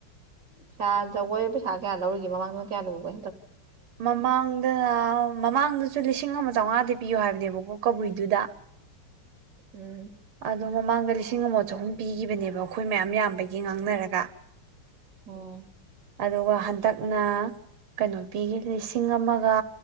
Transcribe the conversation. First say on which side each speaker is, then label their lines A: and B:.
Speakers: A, on the right (about 50°); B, on the right (about 75°).
A: ꯄꯩꯁꯥ ꯖꯒꯣꯏ ꯄꯩꯁꯥ ꯀꯌꯥ ꯂꯧꯔꯤꯒꯦꯃꯥꯡꯗꯅ ꯀꯌꯥ ꯂꯨꯕꯦ
B: ꯃꯃꯥꯡꯗ ꯃꯃꯥꯡꯗꯁꯨ ꯂꯤꯁꯤꯡ ꯑꯃ ꯆꯥꯝꯃꯉꯥꯗꯤ ꯄꯤꯌꯣ ꯍꯥꯏꯕꯅꯦꯕꯀꯣ ꯀꯕꯨꯏꯗꯨꯗ
A: ꯎꯝ
B: ꯑꯗꯣ ꯃꯃꯥꯡꯗ ꯂꯤꯁꯤꯡ ꯑꯃ ꯆꯍꯨꯝ ꯄꯤꯈꯤꯕꯅꯦꯕ ꯑꯩꯈꯣꯏ ꯃꯌꯥꯝ ꯌꯥꯝꯕꯒꯤ ꯉꯥꯡꯅꯔꯒ
A: ꯑꯣ
B: ꯑꯗꯨꯒ ꯍꯟꯗꯛꯅ ꯀꯩꯅꯣ ꯄꯤꯈꯤ ꯂꯤꯁꯤꯡ ꯑꯃꯒ